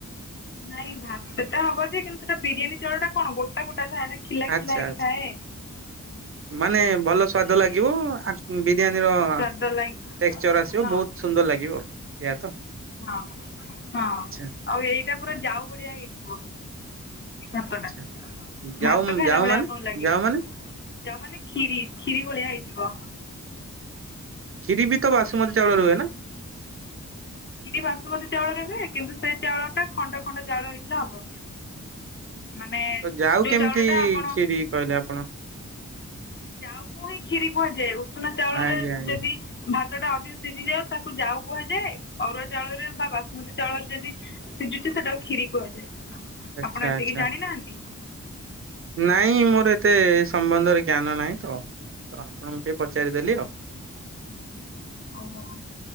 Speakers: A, on the left; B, on the right.
A: ନାଇଁ ଭାତ ଟା ହବ ଯେ କିନ୍ତୁ ସେଟା ବିରିୟାନୀ ଚାଉଳ ଟା କଣ ଗୋଟା ଗୋଟା ଥାଏ ଖିଲା
B: ଆଚ୍ଛା
A: ଖିଲା ହେଇକିଥାଏ।
B: ଆଚ୍ଛା ମାନେ ଭଲ ସ୍ଵାଦ ଲାଗିବ ଆସ୍ ବିରିୟାନୀର
A: ସ୍ୱାଦ ଲାଗି
B: ଟେକ୍ସଚର୍ ଆସିବ
A: ହଁ
B: ବହୁତ୍ ସୁନ୍ଦର ଲାଗିବ ଏୟା ତ?
A: ହଁ ହଁ
B: ଆଛା
A: ଆଉ ଏଇଟା ପୁରା ଯାଉ ଭଳିିଆ ହେଇଯିବ। ଏ ଭାତଟା
B: ଆଛା ଯାଉ
A: ଭାତ ଖାଇଲା
B: ଯାଉ
A: ଭଳିଆ
B: ମାନେ
A: ଆପଣଙ୍କୁ ଲାଗିବ।
B: ଯାଉ ମାନେ
A: ଯାଉ ମାନେ କ୍ଷୀରି କ୍ଷୀରି ଭଳିଆ ହେଇଯିବ।
B: କ୍ଷୀରି ବି ତ ବାସୁମତୀ ଚାଉଳ ହୁଏ ନା?
A: କ୍ଷୀରି ବାସୁମତୀ ଚାଉଳ ହୁଏ କିନ୍ତୁ ସେ ଚାଉଳ ଟା ଖଣ୍ଡ ଖଣ୍ଡ ଚାଉଳ ହେଇଥିଲେ ହବ। ମାନେ
B: ତ ଯାଉ
A: ଯୋଉ
B: କେମ୍
A: ଚାଉଳଟା
B: ତି
A: ଆପଣ
B: କ୍ଷୀରି କହିଲେ ଆପଣ?
A: ଯାଉ କୁ ହିଁ କ୍ଷୀରି କୁହାଯାଏ ଉଷୁନା ଚାଉଳରେ
B: ଆଜ୍ଞା ଆଜ୍ଞା
A: ଯଦି ଭାତ ଟା ଅଧିକ ସିଝିଯାଉ ତାକୁ ଯାଉ କୁହାଯାଏ ଅରୁଆ ଚାଉଳରେ ବା ବାସୁମତୀ ଚାଉଳରେ ଯଦି ସିଜୁଚି ତ ତକୁ କ୍ଷୀରି କୁହାଯାଏ
B: ଆଚ୍ଛା
A: ଆପଣ ଏତିକି
B: ଆଚ୍ଛା
A: ଜାଣି ନାହାଁନ୍ତି?
B: ନାଇଁ ମୋର ଏତେ ସମ୍ବନ୍ଧରେ ଜ୍ଞାନ ନାହିଁ ତ ଆପଣଙ୍କୁ ଟିକେ ପଚାରିଦେଲି
A: ଓହୋ
B: ଆଉ।
A: ଓହୋ